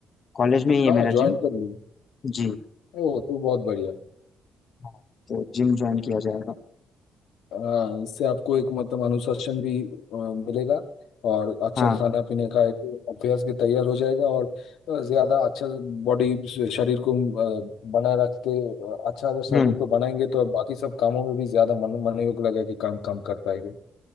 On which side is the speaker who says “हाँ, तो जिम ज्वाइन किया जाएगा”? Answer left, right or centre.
Left